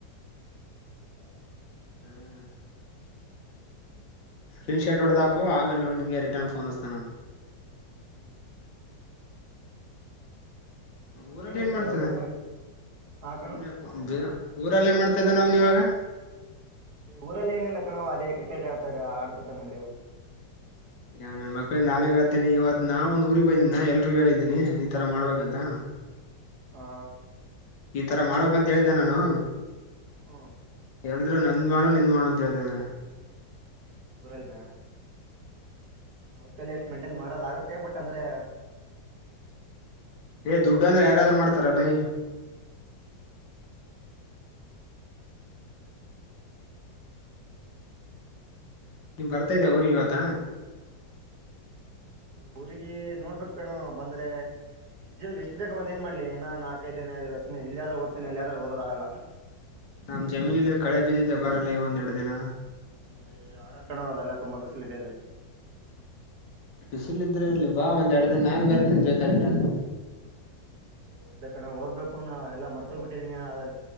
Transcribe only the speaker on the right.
ಹೌದಾ
ಹ್ಮ್
ನಡೀತಾ
ಇದೆ ಹೊಲದಲ್ಲಿ ಹಾ
ಕಣ
ಊರಲ್ಲಿ ಏನಿಲ್ಲ ಕಣವ ಅದೇ ಕ್ರಿಕೆಟ್ ಆಡ್ತಾರ ಆಡ್ತತ ನಂಬ್ರವು
ಹಾ
ಹ್ಮ
ಉರಲ್ನ ಅವ್ರ ಕಲೆ ಎಷ್ಟು ಮೇಂಟೈನ್ ಮಾಡೋದಾಗತ್ತೆ ಬಟ್ ಅಂದ್ರೆ
ಊರಿಗಿ ನೋಡ್ಬೇಕು ಕಣು ಬಂದ್ರೆ ಇಷ್ಟು ಎಷ್ಟು ಬೇಕ ಬಂದ್ ಏನ್ ಮಾಡ್ಲಿ ಏನ ನಾಲ್ಕೈದು ದಿನಲ್ಲ ಸುನಿ ಇಲ್ಲಯಾದ್ರೂ ಓದ್ತನನೆ ಅಲ್ಲಿಯಾದ್ರೂ ಓದೋದಾಗಲ್ಲ
ಏ ಆಗಾರ್ ಕಣ ಅದೆಲ್ಲ ತುಂಬಾ ಬಿಸಿಲು ಇದೆ ಇಲ್ಲಲ್ಲಿ
ಇಲ್ಲ ಕಣ್ ಓದ್ಬೇಕು ನಾ ಎಲ್ಲ ಮರ್ತೋಗ್ಬಿಟ್ಟಿದೀನಿ ಅ